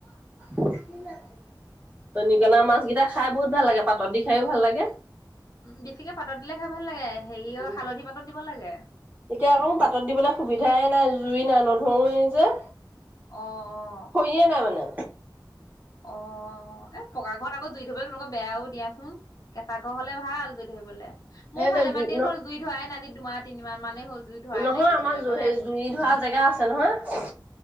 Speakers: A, on the right; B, on the left.
A: দৰিকণা মাছ কেইটা খাই বহুত ভাল লাগে পাতত দি খাইও ভাল লাগে।
B: বেছিকে পাতত দিলে খাই ভাল লাগে হেৰি
A: উম।
B: অ' হালধি পাতত দিব লাগে।
A: এতিয়া আকৌ পাতত দিবলৈ সুবিধাই নাই জুই নাই নধৰোয়েই যে।
B: অ', অ'।
A: খৰিয়ে নাই মানে।
B: অ' অ' এহ পকা ঘৰত আকৌ জুই ধৰিবলৈ তোমালোকৰ বেয়াও দিয়াচোন, কেঁচা ঘৰ হ'লে ভাল জুই ধৰিবলৈ।
A: সেইটোৱে
B: মোৰ ভালেমান
A: জুই
B: দিন
A: ন
B: হ'ল জুই ধৰাই নাই আজি দুমাহ তিনি মাহ মানে হ'ল জুই ধৰাই
A: নহয়
B: নাই গেছতে
A: আমাৰ সেই
B: বনাই আছো
A: জুই ধৰা জেগা আছে নহয়।